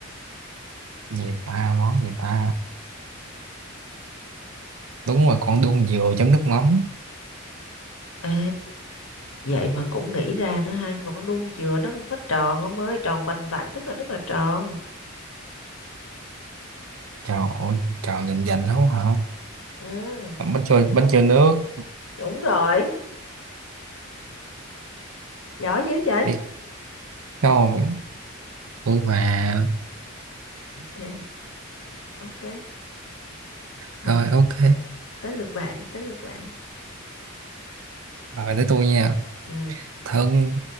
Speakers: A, on the right; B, on the left.
A: gì ta món gì ta đúng rồi con đuông dừa chấm nước mắm
B: Ê, vậy mà cũng nghĩ ra nữa ha nhưng mà con đuông dừa nó không có tròn ông ơi tròn vành vạnh tức là rất là tròn
A: trời ơi trời dành dành lắm hả
B: ừ
A: bánh trôi bánh trôi nước
B: đúng rồi giỏi dữ vậy
A: biết đâu tôi mà
B: ok ok thôi
A: rồi ok
B: tới lượt bạn tới lượt bạn
A: rồi tới tôi nha
B: ừ
A: thân